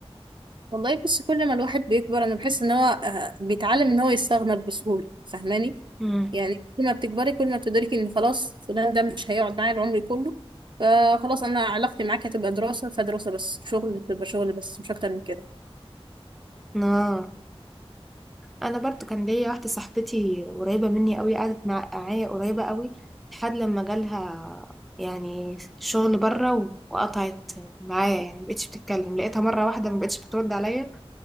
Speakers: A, on the right; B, in the centre.
A: والله بص كل ما الواحد بيكبر أنا بحس إن هو آه، بيتعلم إن هو يستغنى بسهولة فاهماني
B: امم
A: يعني كل ما بتكبري كل ما بتدركي إن خلاص فلان ده مش هيقعد معايا العمر كله فخلاص أنا علاقتي معاك هتبقى دراسة فدراسة بس شغل تبقى شغل بس مش أكتر من كده
B: اه انا برضه كان ليا واحدة صاحبتي قريبة مني قوي قعدت مع- معايا قريبة قوي لحد لما جالها يعني شغل بره وقطعت معايا يعني مبقتش بتتكلم لقيتها مرة واحدة مبقتش بترد عليا